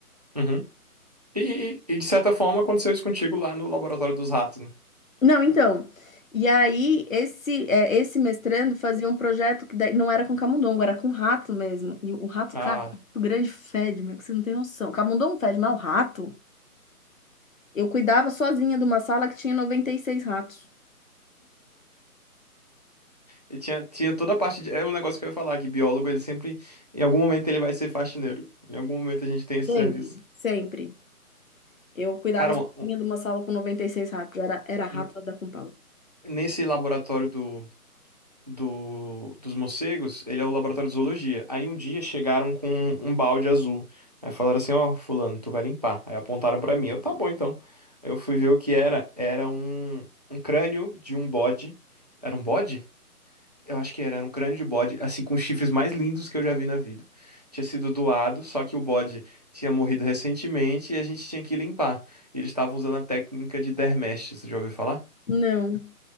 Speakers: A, on the right; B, on the left.
A: Uhum. E, e- e, de certa forma aconteceu isso contigo lá no laboratório dos ratos, né?
B: Não, então, e aí esse é, esse mestrando fazia um projeto que daí não era com camundongo, era com rato mesmo, e o rato,
A: Ah,
B: cara, o grande fede, meu, que você não tem noção, camundongo fede, mas o rato... Eu cuidava sozinha de uma sala que tinha 96 ratos.
A: e tinha, tinha toda a parte de. É um negócio que eu ia falar, que biólogo, ele sempre. Em algum momento ele vai ser faxineiro. Em algum momento a gente tem esse
B: Sempre,
A: serviço.
B: sempre. Eu cuidava
A: Cara,
B: sozinha
A: um-
B: de uma sala com 96 ratos. Era, era rato
A: um-
B: da com pau.
A: nesse laboratório do do, dos morcegos, ele é o laboratório de zoologia. Aí um dia chegaram com um balde azul. Aí falaram assim, ó, fulano, tu vai limpar. Aí apontaram pra mim. Eu, tá bom, então. Aí Eu fui ver o que era. Era um, um crânio de um bode. Era um bode? Eu acho que era, era um crânio de bode, assim, com os chifres mais lindos que eu já vi na vida. Tinha sido doado, só que o bode tinha morrido recentemente e a gente tinha que limpar. E eles estavam usando a técnica de dermestes, você já ouviu falar?
B: Não.